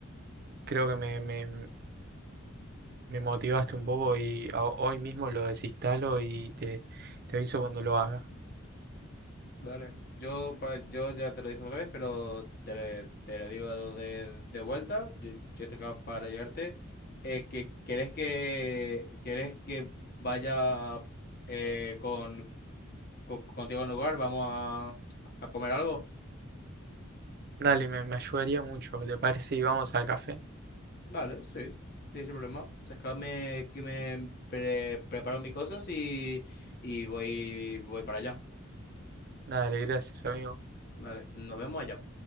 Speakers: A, on the right (about 50°); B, on the left (about 50°).
A: creo que me, me, me motivaste un poco y a- hoy mismo lo desinstalo y te, te aviso cuando lo haga.
B: Dale. Yo, pa- yo ya te lo dije otra vez, pero te, te lo digo de, de vuelta. Yo, yo estoy acá para ayudarte. Eh, que, ¿querés que, querés que vaya eh, con, co- contigo al lugar? ¿Vamos a, a comer algo?
A: Dale, me, me ayudaría mucho. ¿Te parece? Y vamos al café.
B: Dale, sí. Sí, sin problema. Déjame que me pre- preparo mis cosas y, y voy, voy para allá.
A: Dale, gracias, amigo.
B: Dale, nos vemos allá.